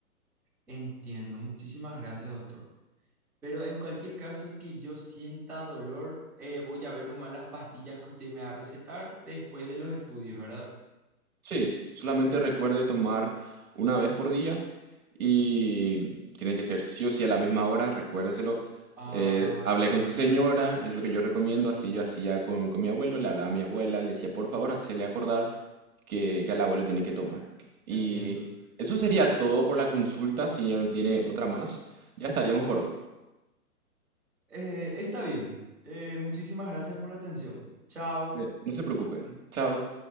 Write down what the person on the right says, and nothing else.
Sí, solamente recuerde tomar una vez por día y tiene que ser sí o sí a la misma hora, recuérdeselo.
Eh, hablé
con
su señora,
es lo que yo recomiendo, así yo hacía con, con mi abuelo, le hablaba a mi abuela, le decía, por favor, hacele acordar que, que al abuelo tiene que tomar. ok. Y
eso sería todo por la consulta, si ya no tiene otra más, ya estaríamos por hoy.
Eh, no se preocupe, chao.